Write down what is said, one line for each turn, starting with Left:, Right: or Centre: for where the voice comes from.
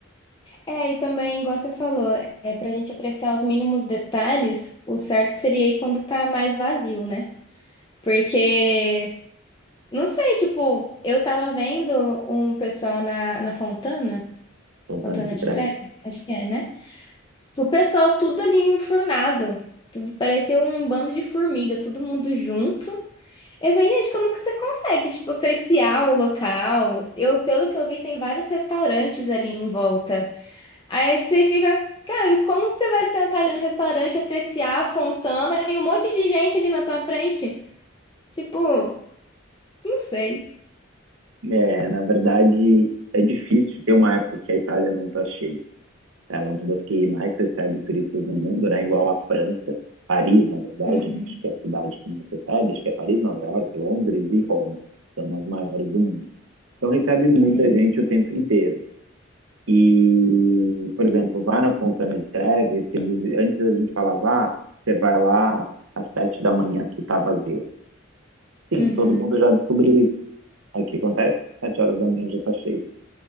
Left: é, e também, igual você falou, é, para a gente apreciar os mínimos detalhes, o certo seria ir quando tá mais vazio, né? Porque Não sei, tipo, eu tava vendo um pessoal na, na Fontana,
Right: Fontana
Left: Fontana
Right: de
Left: de
Right: Trevi.
Left: Treve, acho que é, né? O pessoal tudo ali enfurnado, tudo parecia um bando de formiga, todo mundo junto. Eu falei, gente, como que você consegue, tipo, apreciar o local? Eu, pelo que eu vi, tem vários restaurantes ali em volta. Aí você fica, cara, como que você vai sentar ali no restaurante, apreciar a Fontana e um monte de gente ali na tua frente? Tipo, não sei.
Right: É, na verdade, é difícil ter uma época que a Itália não tá cheia. Ela é uma das que mais recebe turistas no mundo, né? Igual a França, Paris, na verdade,
Left: Uhum.
Right: né? acho que é a cidade que mais recebe, acho que é Paris, Nova York, Londres e Roma, são as maiores do mundo. Então recebe muita
Left: Sim.
Right: gente o tempo inteiro. E, por exemplo, vá na Fontana de Trevi, eles, antes a gente falava, ah, você vai lá às sete da manhã que está vazio. Sim,
Left: Uhum.
Right: todo mundo já descobriu isso. Aí o que acontece? Sete horas da manhã já está cheio.